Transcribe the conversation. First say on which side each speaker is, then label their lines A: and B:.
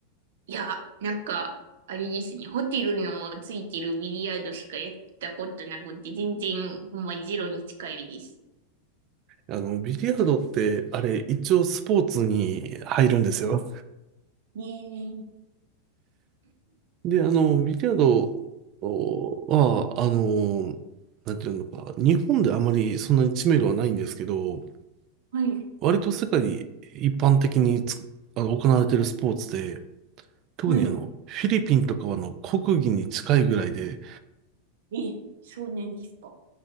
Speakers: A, on the right (about 75°); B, on the right (about 40°).
A: いや、なんか、あれですね。ホテルのついてるビリヤードしかやったことなくて、全然、ほんまゼロに近いです。
B: あの、ビリヤードって、あれ、一応スポーツに入るんですよ。
A: ねえ。
B: で、あの、ビリヤードは、あのなんていうのか、日本であまりそんなに知名度はないんですけど、
A: はい、
B: 割と世界一般的につく、あの、行われているスポーツで、特にあの、
A: はい。
B: フィリピンとかはあの、国技に近いぐらいで、
A: え、少年ですか。